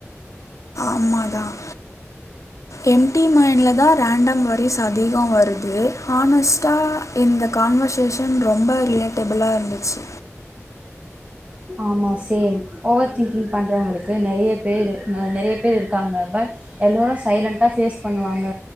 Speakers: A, on the left; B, on the right.
A: ஆம்மாதான் எம்டி மைண்டில தான் ரேண்டம் வொரிஸ் அதிகம் வருது ஹானஸ்ட்டா இந்த கான்வர்சேஷன் ரொம்ப ரிலேட்டபிளா இருந்துச்சு
B: ஆமா சேம் ஓவர் திங்கிங் பண்றவங்களுக்கு நெறைய பேரு நெறைய பேர் இருக்காங்க பட் எல்லோரும் சைலண்ட ஃபேஸ் பண்ணுவாங்க